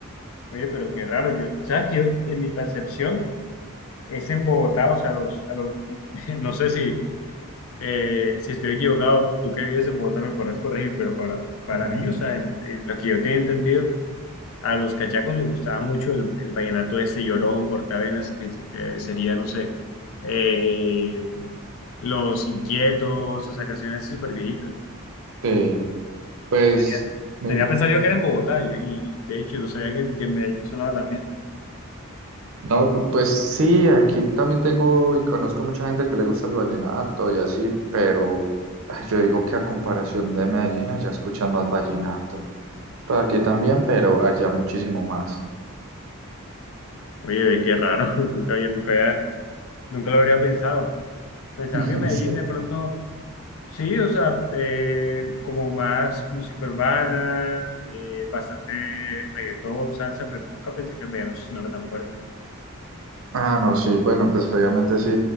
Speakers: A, on the left; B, on the right.
A: Oye, pero qué raro. Yo, ¿sabes qué? En mi percepción es en Bogotá, o sea, los, a los, <laughs> no sé si Eh, si estoy equivocado, tú que vives en Bogotá me podrás corregir, pero para, para
B: Ujú.
A: mí, o sea, en, en lo que yo tenía entendido, a los cachacos les gustaba mucho el, el vallenato ese llorón, cortavenas, que, que sería, no sé, eh, Los Inquietos, o sea, canciones así súper viejitas.
B: Sí. Pues,
A: Tenía,
B: mi,
A: tenía pensado yo que era en Bogotá, yo- y de hecho, no sabía que, en que en Medellín sonaba también.
B: no, pu- pues sí, aquí también tengo y conozco mucha gente que le gusta el vallenato y así, pero ay, yo digo que a comparación de Medellín, allá escuchan más vallenato. Pues aquí también, pero allá muchísimo más.
A: Oye, qué raro, <laughs> nunca había, nunca había, nunca lo habría pensado. Pensaba
B: <laughs>
A: que Medellín
B: Sí.
A: de pronto. Sí, o sea, eh, como más música urbana, eh, bastante reggaetón, salsa, pero nunca pensé que el vallenato sonara tan fuerte.
B: Ah, no, sí, bueno, pues obviamente sí,